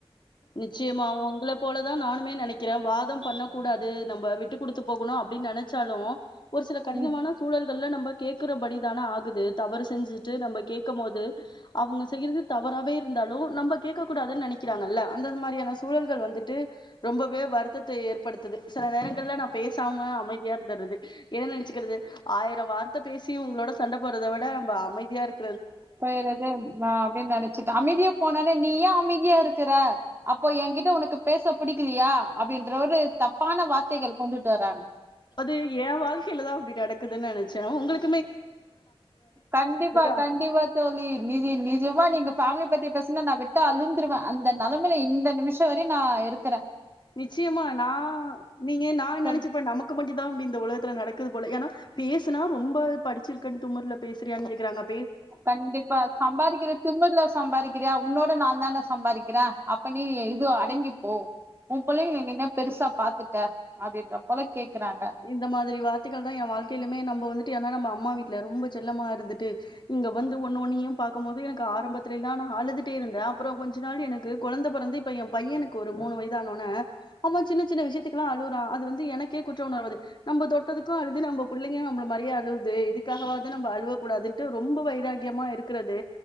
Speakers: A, on the left; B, on the right.
A: நிச்சயமா உங்கள போலதான் நானுமே நினைக்கிறேன் வாதம் பண்ண கூடாது நம்ம விட்டு கொடுத்து போகணும் அப்படின்னு நினைச்சாலும் ஒரு சில கடினமான
B: ம்
A: சூழல்கள்ல நம்ப கேக்குறபடி தானா ஆகுது தவறு செஞ்சுட்டு நம்ம கேட்க போது அவங்க செய்யறது தாப் அவராவே இருந்தாலும் நம்ம கேக்க கூடாதுனு நினைக்கிறாங்கல்ல அந்த மாரியான சூழல்கள் வந்துட்டு ரொம்பவே வருத்தத்தை ஏற்படுத்து சில நேரங்கள்ல நான் பேசாம அமைதியா இருந்துடுது என்ன நினச்சக்கிறது ஆயிரம் வார்த்தை பேசியும் உங்களோட சண்ட போடுறத விட நம்ம அமைதியா இருக்
B: போய்றது அப்படின்னு நினைச்சுட்டு அமைதியா போனாலே நீ ஏன் அமைதியா இருக்கு இருக்கிற அப்போ என்கிட்ட உனக்கு பேச பிடிக்குலியா அப்படின்ற ஒரு தப்பான வார்த்தைகள் கொண்டுட்டு வர்ராங்க
A: அது என் வாழ்க்கையில தான் அப்படி நடக்குதுன்னு நினைச்சேன் உங்களுக்கு
B: கண்டிப்பா
A: அ-
B: கண்டிப்பா தோழி நிஜ நிஜமா எங்க பேமிலி பத்தி பேசனா நான் விட்டா அழுந்துருவேன் அந்த நிலைமையில இந்த நிமிசம் வரையும் நான் இருக்கிறேன்
A: நிச்சயமா நான் நீங்க நான் என்ன
B: சொல்-
A: நினைச்சப்ப நமக்கு மட்டும் தான் அப்படின உலகத்தில் நடக்குது போல பேசினா ரொம்ப படிச்சிருக்க திமர்ல பேசுறாயான்னு கே்கிறாங்க
B: கண்டிப்பா சம்பாதிக்கிற திமிரல சம்பாதிக்கிறியா உன்னோட நான் தானே சம்பாதிக்கிற அப்ப நீ இது அடங்கிப்போ உன் பிள்ளைங்கள என்ன பெருசா பாத்துட்டே அப்படின்ற போல கேக்குறாங்க
A: இந்த மாதிரி வார்த்தைகள் தான் என் வாழ்க்கையிலையுமே நம்ம வந்து ஆனா நம்ம அம்மா வீட்டுல ரொம்ப செல்லமா இருந்துட்டு இங்க வந்து ஒன்னு ஒன்னியும் பார்க்கும் போது எனக்கு ஆரம்பத்தத்துல எல்லா நான் அழுதுட்டே இருந்தேன் அப்ற கொஞ்ச நாள் எனக்கு குழந்தை பிறந்து இப்ப என் பையனுக்கு ஒரு மூணு வயது ஆனவுடனே ஆமா சின்ன சின்ன விஷயத்துக்கு லாம் அழுகுறான் அது வந்து எனக் கீ குட் உணர்வது நம்ம தொட்டத்துக்கும் அழுது நம்ம பிள்ளைங்களும் நம்ம மாறியே அழுகுது இதுக்காகவாது நம்ம அழுவ கூடாதுனுட்டு ரொம்ப வைராக்கியமா இருக்கிறது